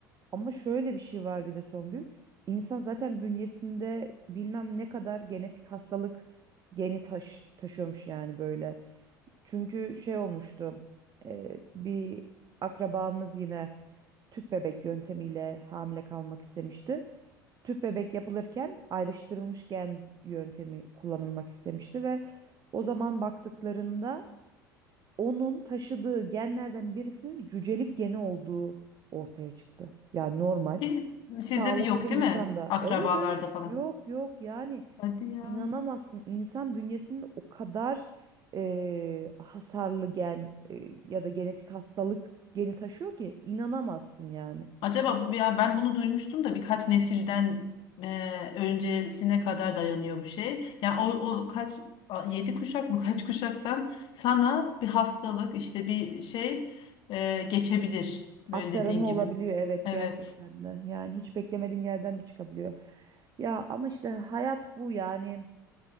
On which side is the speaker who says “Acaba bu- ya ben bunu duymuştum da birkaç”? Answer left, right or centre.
Left